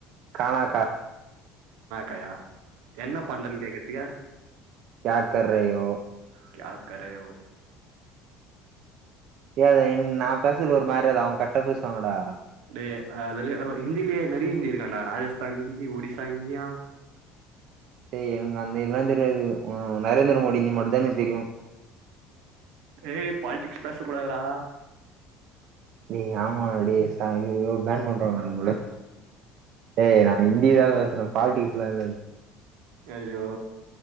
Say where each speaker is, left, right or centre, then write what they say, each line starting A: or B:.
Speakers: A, on the right; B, on the right.
A: கானா <inaudible>
B: கயா என்ன பண்றன்னு கேக்றதுக்கு
A: க்யா கர் ரேயோ
B: கியா கரே ஓ
A: ஏ இன் நா பேசயில ஒரு மார இரு அவங்க கரெக்டா பேசுவாங்கடா
B: டேய் அதுலயே அ ஹிந்திலயே நெறைய ஹிந்தி இருக்கான்டா ராஜஸ்தான் ஹிந்தி ஒடிசா ஹிந்தியா
A: டேய் எனக்கு அந்த இந்திலா தெரியாது ஆ நரேந்திர மோடி இந்தி மட்டுந்தா தெரியு
B: ஏய் பாலிட்டிக்ஸ் பேசக் கூடாதுரா
A: டேய் ஆமாண்டா டேய் சா ஐயயோ பேன் பண்ருவாங்க என்ன போல டேய் நா இந் திதா பேசற பாலிடிக்ஸ்லா இல்ல இது
B: ஐயயோ